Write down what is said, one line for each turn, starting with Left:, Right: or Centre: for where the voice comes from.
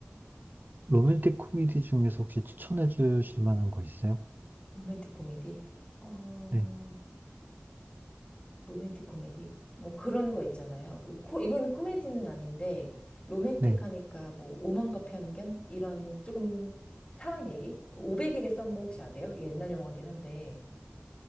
Right: 로맨틱 코미디 중에서 혹시 추천해 주실 만한 거 있어요?
Left: 로맨틱 코미디. 어,
Right: 네,
Left: 로맨틱 코미디. 뭐 그런 거 있잖아요. 코, 이건 코미디는 아닌데 로맨틱하니까
Right: 네.
Left: 뭐 오만과 편견? 이런 조금 사랑 얘기? 그 500일의 썸머 혹시 아세요? 옛날 영화긴 한데.